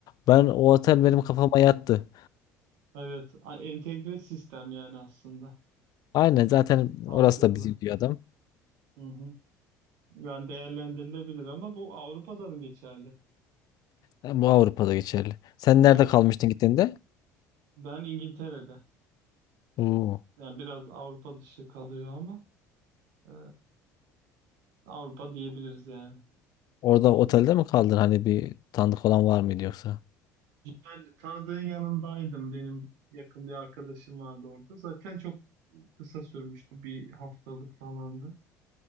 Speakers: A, on the left; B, on the right.
A: Ben o otel
B: Hmm.
A: benim kafama yattı.
B: Evet. A- Entegre sistem yani aslında.
A: Aynen zaten
B: Mantıklı.
A: orası da bizim diyor adam.
B: Hı hı. Yani değerlendirilebilir ama bu Avrupa'da mı geçerli?
A: Ha, Bu Avrupa'da geçerli. Sen nerede
B: Evet.
A: kalmıştın gittiğinde?
B: Ben İngiltere'de.
A: Oo.
B: Yani biraz Avrupa dışı kalıyor ama e, Avrupa diyebiliriz yani.
A: Orada otelde
B: E,
A: mi kaldın? Hani bir tanıdık olan var mıydı yoksa?
B: ben tanıdığın yanındaydım. Benim yakın bir arkadaşım vardı orada. Zaten çok kısa sürmüştü. Bir haftalık falandı.